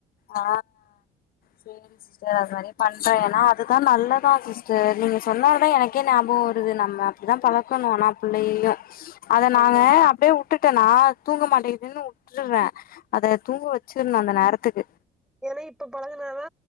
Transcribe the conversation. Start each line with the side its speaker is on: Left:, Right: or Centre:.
Left: ஆ செரி சிஸ்டர் அது மாரி பண்றே ஏன்னா அதுதா நல்ல பா சிஸ்டர் நீங்க சொன்ன ஒட்னே எனக்கே ஞாபக வருது நம்ம அப்புடிதா பழக்கனு ஆனா புள்ளையையு அத
Centre: ஆமா
Left: நாங்க அப்டியே வுட்டுட்டேனா தூங்க மாட்டேங்கிதுன்னு வுட்டுறே அத தூங்க வச்சுர்னு அந்த நேரத்துக்கு
Centre: ஏன்னா இப்ப பழகுனாதா